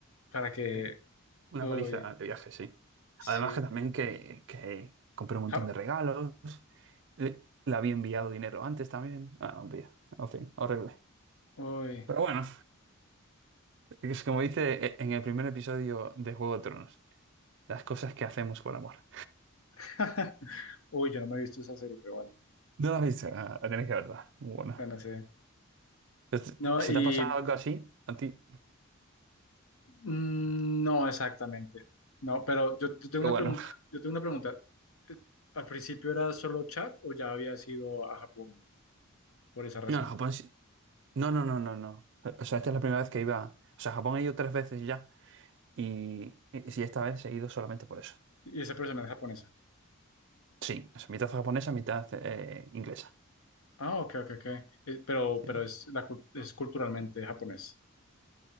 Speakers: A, on the left (about 80°); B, on the right (about 55°).
A: para que...
B: Sí, una
A: Uy,
B: paliza de viaje, sí.
A: sí.
B: Además que también que, que compré un montón
A: Ja,
B: de regalos, le, le había enviado dinero antes también. Ah, olvida en fin, horrible.
A: Uy.
B: Pero bueno, <laughs> es como dice eh, en el primer episodio de Juego de Tronos, las cosas que hacemos por amor.
A: <laughs> Uy, yo no me he visto esa serie, pero bueno.
B: No lo has visto, ah, tenéis que verla. Muy buena.
A: Bueno, sí.
B: Este,
A: No,
B: ¿Se
A: y...
B: te ha pasado algo así a ti?
A: mm, No, exactamente. No, pero yo, yo tengo
B: Qué
A: una
B: bueno.
A: pregunta. Yo tengo una pregunta. Eh, ¿Al principio era solo chat o ya había ido a Japón por esa razón?
B: No, en Japón sí- No, no, no, no, no. O sea, esta es la primera vez que iba. O sea, a Japón he ido tres veces ya. Y, y, sí, esta vez he ido solamente por eso.
A: Y esa persona es japonesa.
B: Sí, o sea, mitad japonesa, mitad eh, inglesa.
A: Ah, ok, ok, ok. Eh, pero,
B: Sí.
A: pero es, la, cul- es culturalmente japonés.